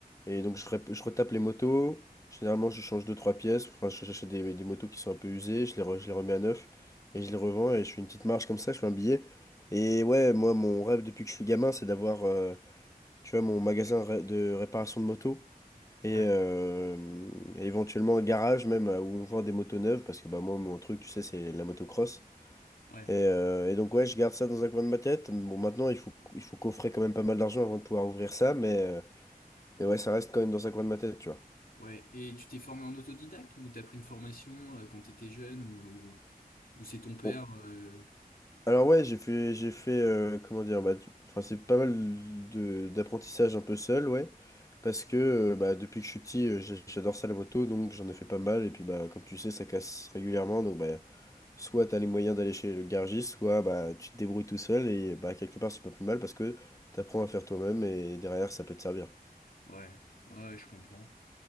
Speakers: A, on the left; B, on the left.
A: et donc, je, rep- je retape les motos. Généralement, je change deux, trois pièces. Enfin, je- j'achète des, des motos qui sont un peu usées. Je les, re- je les remets à neuf. Et je les revends. Et je fais une petite marge comme ça. Je fais un billet. Et ouais, moi, mon rêve depuis que je suis gamin, c'est d'avoir, euh, tu vois, mon magasin ré- de réparation de motos. Et,
B: Ouais,
A: euh, et éventuellement un garage même euh, où on vend des motos neuves. Parce que bah, moi, mon truc, tu sais, c'est la motocross.
B: ouais.
A: Et, euh, et donc ouais, je garde ça dans un coin de ma tête. Bon, maintenant, il faut, il faut coffrer quand même pas mal d'argent avant de pouvoir ouvrir ça, mais, euh, mais ouais, ça reste quand même dans un coin de ma tête, tu vois.
B: Ouais, et tu t'es formé en autodidacte ou t'as pris une formation euh, quand t'étais jeune ou, ou c'est ton père
A: Bon.
B: euh,
A: Alors ouais, j'ai fait, j'ai fait, euh, comment dire, bah, tu- enfin, c'est pas mal de, d'apprentissage un peu seul, ouais, parce que euh, bah, depuis que je suis petit, euh, j'ai- j'adore ça la moto, donc j'en ai fait pas mal, et puis bah, comme tu sais, ça casse régulièrement, donc bah, soit t'as les moyens d'aller chez le garagiste, soit bah, tu te débrouilles tout seul, et bah, quelque part, c'est pas plus mal, parce que t'apprends à faire toi-même, et derrière, ça peut te servir.
B: Ouais, ouais, je comprends.